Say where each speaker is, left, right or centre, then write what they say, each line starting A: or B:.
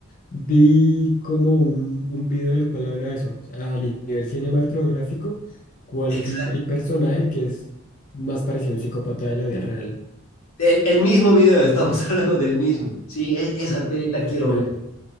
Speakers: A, on the left; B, on the left.
A: Vi como un, un video del cual habla de eso, a ni- nivel cinematográfico, cuál
B: Exacto.
A: es el, el personaje que es más parecido a un psicópata de la vida real.
B: El, el mismo video, estamos <laughs> hablando del mismo. Sí, es- esa
A: Y
B: peli la
A: tal
B: quiero
A: cual,
B: ver.